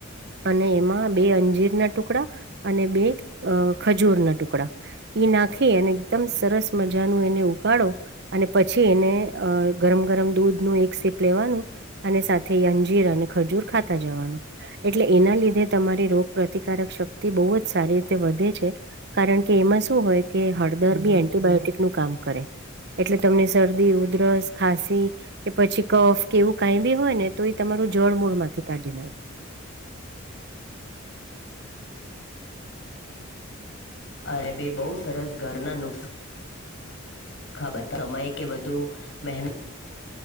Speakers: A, on the right; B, on the left.
A: અને એમાં બે અંજીર ના ટુકડા અને બે અ ખજૂર ના ટુકડા નાખી અને એકદમ સરસ મજાનું એને ઉકાાળો અને પછી એને અ ગરમ ગરમ દૂધ નું એક સેપ લેવાનું અને સાથે અંજીર અને ખજૂર ખાતા જવાનું એટલે એના લીધે તમારી રોગ પ્ર્રતિકારક શક્તિ બહુ જ સારી રીતે વધે છે. કારણ કે એમાં શું હોય કે હળદર બી એન્ટિબાયોટીિક નું કામ કરે. એટલે તમને શરદી ઉધરસ ખાંસી કે પછી કફ કે એવું કઈ બી હોય ને તો એ તમારું જળ મૂળ માંથી કાઢી નાખે.
B: અરે બે બહુ સરસ ઘરના નુક ખબર સમય કે વધુ મહેનત